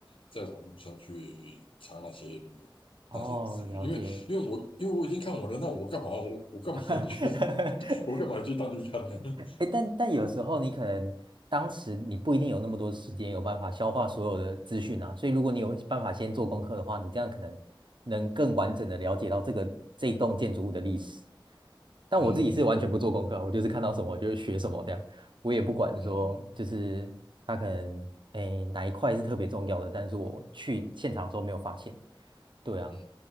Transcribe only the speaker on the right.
哦，了解。
<laughs>
哎，但但有时候你可能当时你不一定有那么多时间，有办法消化所有的资讯啊。所以如果你有办法先做功课的话，你这样可能能更完整的了解到这个这一栋建筑物的历史。但我自己是完全不做功课啊我就是看到什么我就学什么这样，
我也不管说就是它可能哎哪一块是特别重要的，
但是我去现场的时候没有发现。对啊，